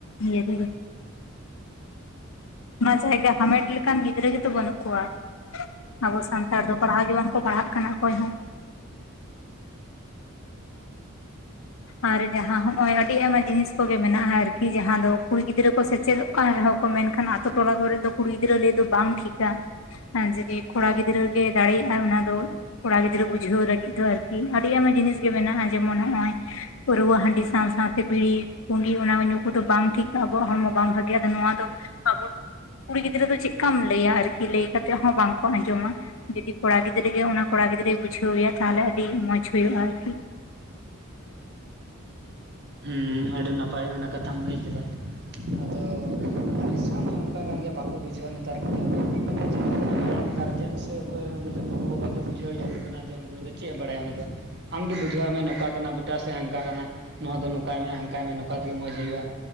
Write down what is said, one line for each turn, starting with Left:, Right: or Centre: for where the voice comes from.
Left: ᱤᱭᱟᱹ ᱨᱮᱜᱮ᱾ ᱚᱱᱟ ᱡᱟᱭᱜᱟ ᱦᱟᱢᱮᱴ ᱞᱮᱠᱟᱱ ᱜᱤᱫᱽᱨᱟᱹ ᱜᱮᱛᱚ ᱵᱟᱹᱱᱩᱜ ᱠᱚᱣᱟ᱾ ᱟᱵᱚ ᱥᱟᱱᱛᱟᱲ ᱫᱚ ᱯᱟᱲᱦᱟᱣ ᱜᱮ ᱵᱟᱝᱠᱚ ᱯᱟᱲᱦᱟᱜ ᱠᱟᱱᱟ ᱚᱠᱚᱭ ᱦᱚᱸ᱾ ᱟᱨ ᱡᱟᱦᱟᱸ ᱦᱚᱸᱜᱼᱚᱭ ᱟᱹᱰᱤ ᱟᱭᱢᱟ ᱡᱤᱱᱤᱥ ᱠᱚᱜᱮ ᱢᱮᱱᱟᱜᱼᱟ ᱟᱨᱠᱤ ᱡᱟᱦᱟᱸ ᱫᱚ ᱠᱩᱲᱤ ᱜᱤᱫᱽᱨᱟᱹ ᱠᱚ ᱥᱮᱪᱮᱫᱚᱜ ᱠᱟᱱ ᱨᱮᱦᱚᱸ ᱢᱮᱱᱠᱷᱟᱱ ᱟᱛᱳ ᱴᱚᱞᱟ ᱠᱚᱨᱮ ᱫᱚ ᱠᱩᱲᱤ ᱜᱤᱫᱽᱨᱟᱹ ᱞᱟᱹᱭ ᱫᱚ ᱵᱟᱝ ᱴᱷᱤᱠᱟ᱾ ᱦᱮᱸ ᱡᱩᱫᱤ ᱠᱚᱲᱟ ᱜᱤᱫᱽᱨᱟᱹ ᱜᱮ ᱫᱟᱲᱮᱭᱟᱜᱼᱟ ᱚᱱᱟ ᱫᱚ, ᱠᱚᱲᱟ ᱜᱤᱫᱽᱨᱟᱹ ᱵᱩᱡᱷᱟᱹᱣ ᱞᱟᱹᱜᱤᱫ ᱫᱚ ᱟᱨᱠᱤ ᱟᱹᱰᱤ ᱟᱭᱢᱟ ᱡᱤᱱᱤᱥ ᱜᱮ ᱢᱮᱱᱟᱜᱼᱟ ᱡᱮᱢᱚᱱ ᱦᱚᱸᱜᱚᱭ᱾ ᱯᱟᱹᱨᱣᱟᱹ ᱦᱟᱺᱰᱤ ᱥᱟᱶ ᱥᱟᱶᱛᱮ ᱵᱤᱲᱤ ᱯᱩᱸᱜᱤ ᱚᱱᱟ ᱧᱩ ᱠᱚᱫᱚ ᱵᱟᱝ ᱴᱷᱤᱠᱼᱟ ᱟᱵᱚᱣᱟᱜ ᱦᱚᱲᱢᱚ ᱵᱟᱝ ᱵᱷᱟᱜᱤᱼᱟ ᱱᱚᱣᱟ ᱫᱚ ᱟᱵᱚ ᱫᱚ ᱠᱩᱲᱤ ᱜᱤᱫᱽᱨᱟᱹ ᱫᱚ ᱪᱮᱫᱠᱟᱢ ᱞᱟᱹᱭᱟ ᱟᱨᱠᱤ ᱞᱟᱹᱭ ᱠᱟᱛᱮᱫ ᱦᱚᱸ ᱵᱟᱝᱠᱚ ᱟᱸᱡᱚᱢᱟ᱾ ᱡᱩᱫᱤ ᱠᱚᱲᱟ ᱜᱤᱫᱽᱨᱟᱹ ᱜᱮ ᱚᱱᱟ ᱠᱚᱲᱟ ᱜᱤᱫᱽᱨᱟᱹᱭ ᱵᱩᱡᱷᱟᱹᱣ ᱮᱭᱟ ᱛᱟᱦᱚᱞᱮ ᱟᱹᱰᱤ ᱢᱚᱸᱡᱽ ᱦᱳᱭᱳᱜᱼᱟ ᱟᱨᱠᱤ᱾
Right: ᱦᱩᱸ ᱟᱹᱰᱤ ᱱᱟᱯᱟᱭ ᱚᱱᱟ ᱠᱟᱛᱷᱟᱢ ᱞᱟᱹᱭ ᱠᱮᱫᱟ ᱟᱫᱚ, ᱟᱞᱮ ᱥᱮᱫ ᱦᱚᱸ ᱚᱱᱠᱟ ᱠᱟᱱ ᱜᱮᱭᱟ ᱵᱟᱠᱚ ᱵᱩᱡᱷᱟᱹᱣᱟ ᱱᱮᱛᱟᱨ ᱠᱚᱫᱚ ᱤᱧ ᱫᱚᱧ ᱢᱮᱱᱟ ᱡᱮ ᱟᱢ ᱜᱟᱨᱡᱮᱱ ᱥᱮ ᱚᱠᱚᱭ ᱨᱮᱱ ᱩᱱᱤ ᱫᱚ ᱜᱚ ᱵᱟᱵᱟ ᱜᱮ ᱵᱩᱡᱷᱟᱹᱣ ᱡᱟᱹᱨᱩᱲ ᱠᱟᱱᱟ ᱡᱮ ᱩᱱ ᱩᱱᱤ ᱫᱚ ᱪᱮᱫ ᱮ ᱵᱟᱲᱟᱭᱟ ᱩᱱᱤ ᱫᱚ ᱟᱢᱜᱮ ᱵᱩᱡᱷᱟᱹᱣ ᱢᱮ ᱱᱚᱝᱠᱟ ᱠᱟᱱᱟ᱾ ᱦᱟᱱᱠᱟ ᱠᱟᱱᱟ ᱱᱚᱣᱟ ᱫᱚ ᱱᱚᱝᱠᱟᱭ ᱢᱮ ᱦᱟᱱᱠᱟᱭ ᱢᱮ ᱱᱚᱝᱠᱟ ᱛᱮᱜᱮ ᱢᱚᱸᱡᱽ ᱦᱳᱭᱳᱜᱼᱟ